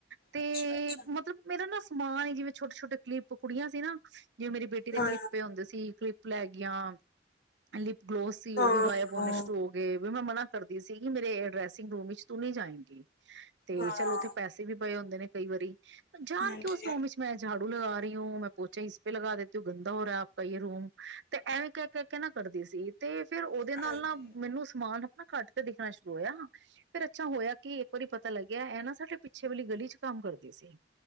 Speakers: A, on the right; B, on the left.
A: ਤੇ
B: ਅੱਛਾ ਅੱਛਾ
A: ਮਤਲਬ ਮੇਰਾ ਨਾ ਸਮਾਨ ਹੀ ਜਿਵੇਂ ਛੋਟੇ ਛੋਟੇ ਕਲੀਪ ਕੁੜੀਆਂ ਸੀ ਨਾ ਜਿਵੇਂ ਮੇਰੀ ਦੇ
B: ਹਾਂ
A: ਕਲਿੱਪੇ ਹੁੰਦੇ ਸੀ ਕਲਿੱਪ ਲੈ ਗਿਆਂ ਲਿਪ ਗਲੋਸ ਸੀ ਉਹ
B: ਹਾਂ
A: ਵੀ ਗਾਇਬ ਹੋਣੇ
B: ਹਾਂ
A: ਸ਼ੁਰੂ ਹੋ ਗਏ। ਵੀ ਮੈਂ ਮਨਾ ਕਰਦੀ ਸੀਗੀ ਮੇਰੇ ਡਰੈਸਿੰਗ ਰੂਮ ਵਿੱਚ ਤੂੰ ਨੀ ਜਾਏਗੀ ਤੇ
B: ਹਾਂ
A: ਚਲ ਉਥੇ ਪੈਸੇ ਵੀ ਬਏ ਹੁੰਦੇ ਨੇ ਕਈ ਵਾਰੀ ਜਾਣ
B: ਹਾਂਜੀ
A: ਕੇ ਉਸ ਰੂਮ ਵਿੱਚ ਮੈਂ ਝਾੜੂ ਲਗਾ ਰਹੀ ਹੂੰ ਮੈਂ ਪੋਚਾ ਇਸੇ ਲਗਾ ਦੇਤੀ ਗੰਦਾ ਹੋ ਰਿਹਾ ਆਪ ਯੇ ਰੂਮ ਤੇ ਐਵੇਂ ਕਹਿ ਕੇਹਿ ਕੇ ਨਾ ਕਰਦੀ ਸੀ ਤੇ ਫੇਰ ਉਹਦੇ
B: ਹਾਂਜੀ
A: ਨਾਲ ਨਾ ਮੈਨੂੰ ਸਮਾਨ ਨਾ ਘੱਟ ਕੇ ਦੇਖਣਾ ਸ਼ੁਰੂ ਹੋਇਆ। ਫੇਰ ਅੱਛਾ ਹੋਇਆ ਕਿ ਇਕ ਵਾਰੀ ਪਤਾ ਲੱਗਿਆ ਇਹ ਨਾ ਸਾਡੇ ਪਿੱਛੇ ਵਾਲੀ ਗਲੀ ਚ ਕੰਮ ਕਰਦੀ ਸੀ।